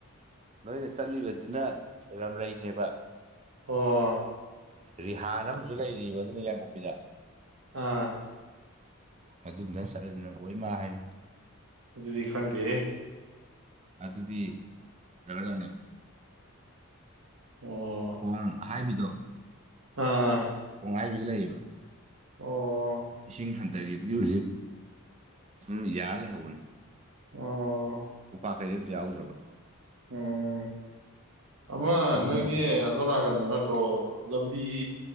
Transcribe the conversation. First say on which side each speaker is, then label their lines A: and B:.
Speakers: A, on the right; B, on the right.
A: ꯅꯣꯏꯅ ꯆꯠꯂꯤꯕꯗꯨꯅ ꯔꯝꯔꯩꯅꯦꯕ
B: ꯑꯣ
A: ꯔꯤꯍꯥꯟ ꯑꯃꯁꯨ ꯂꯩꯔꯤꯕ ꯑꯗꯨꯅ ꯌꯥꯏꯉꯪꯄꯣꯛꯄꯤꯗ
B: ꯑꯥ
A: ꯑꯗꯨꯝ ꯅꯪ ꯆꯠꯂꯗꯤ ꯅꯪ ꯑꯣꯏꯃꯥ ꯍꯥꯏꯅꯤ
B: ꯑꯗꯨꯗꯤ ꯈꯪꯗꯦꯍꯦ
A: ꯑꯗꯨꯗꯤ ꯆꯜꯂꯒꯅꯤ
B: ꯑꯣ
A: ꯊꯣꯡ ꯍꯥꯏꯕꯤꯗꯣ
B: ꯑꯥ
A: ꯊꯣꯡ ꯍꯥꯏꯕꯤꯒ ꯂꯩꯌꯦꯕ
B: ꯑꯣ
A: ꯏꯁꯤꯡ ꯍꯟꯊꯔꯤꯕꯅꯤ ꯍꯧꯖꯤꯛ <unintelligible> ꯌꯥꯟ ꯂꯩꯍꯧꯕꯅꯤ
B: ꯑꯣ
A: ꯎꯄꯥꯛ ꯀꯩꯗꯤ ꯑꯝꯇ ꯌꯥꯎꯗ꯭ꯔꯕ
B: ꯑꯣ ꯑꯃ
A: ꯑꯗꯣꯝꯅ
B: ꯅꯣꯏꯒꯤ ꯑꯗꯣ ꯅꯥꯀꯟ ꯅꯠꯇ꯭ꯔꯣ ꯂꯝꯕꯤ